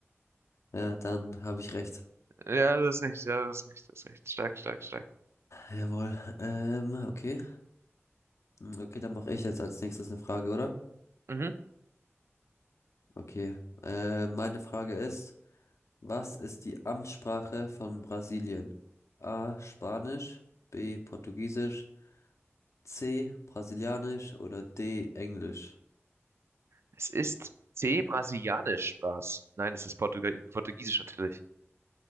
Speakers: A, on the left; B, on the right.
A: Ja, dann habe ich recht.
B: Ja, das ist recht, ja, das ist recht, das ist recht. Stark, stark, stark.
A: Jawohl. Ähm, okay. Hm, Okay, dann mache ich jetzt als nächstes eine Frage, oder?
B: Mhm.
A: Okay. Äh, meine Frage ist, was ist die Amtssprache von Brasilien? A. Spanisch, B. Portugiesisch. C, Brasilianisch oder D, Englisch?
B: Es ist C, brasilianisch, Spaß. Nein, es ist Portugal Portugiesisch natürlich.